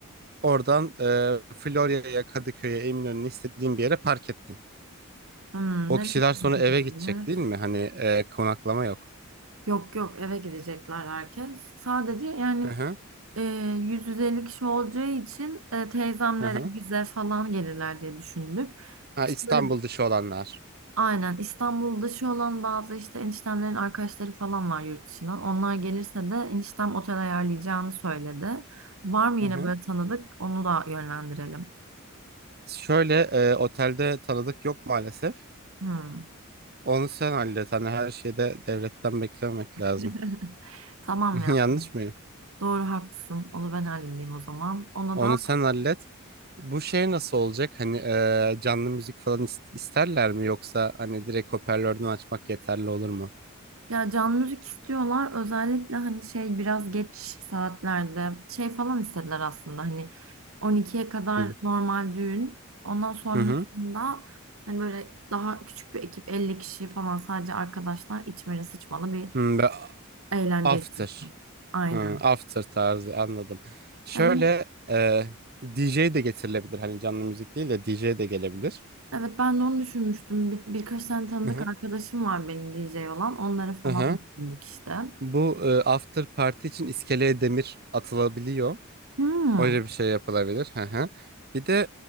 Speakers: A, on the right; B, on the right.
A: Oradan e, Florya'ya, Kadıköy'e, Eminönü'ne istediğin bir yere park ettin.
B: hmm,
A: O
B: nereye
A: kişiler sonra
B: gidebilir?
A: eve gidecek değil mi? Hani e, konaklama yok.
B: Yok yok eve gidecekler herkes. Sadece yani
A: Hı hı.
B: e, 100-150 kişi olacağı için e, teyzemlere
A: Hı hı.
B: bize falan gelirler diye düşündük.
A: Ha,
B: İşte
A: İstanbul
B: böyle
A: dışı olanlar.
B: aynen İstanbul dışı olan bazı işte eniştemlerin arkadaşları falan var yurt dışından. Onlar gelirse de eniştem otel ayarlayacağını söyledi. Var mı
A: Hı
B: yine
A: hı.
B: böyle tanıdık? Onu da yönlendirelim.
A: Şöyle e, otelde tanıdık yok maalesef.
B: Hmm.
A: Onu sen hallet. Hani her şeyde devletten beklememek lazım.
B: <laughs> Tamam
A: <laughs>
B: ya.
A: Yanlış mıyım?
B: Doğru haklısın. Onu ben halledeyim o zaman. Ona
A: Onu
B: da
A: sen hallet. Bu şey nasıl olacak? Hani eee, canlı müzik falan is- isterler mi? Yoksa hani direkt hoparlörden açmak yeterli olur mu?
B: ya canlı müzik istiyorlar. Özellikle hani şey biraz geç saatlerde şey falan istediler aslında. Hani on ikiye kadar
A: Hı
B: normal düğün. Ondan sonrasında
A: hı. hı.
B: hani böyle daha küçük bir ekip 50 kişi falan sadece arkadaşlar içmeli sıçmalı bir
A: Hı, ve
B: eğlence
A: after.
B: istiyorlar. Aynen.
A: Hı, after tarzı anladım. Şöyle
B: Yani yine-
A: eee DJ de getirilebilir. Hani canlı müzik değil de DJ de gelebilir.
B: evet ben de onu düşünmüştüm. Bir, birkaç tane tanıdık
A: Hı hı.
B: arkadaşım var benim DJ olan. Onları falan
A: Hı hı.
B: düşündük işte.
A: Bu eee, after party için iskeleye demir atılabiliyor.
B: Hmm.
A: Öyle bir şey yapılabilir. Hı hı. Bir de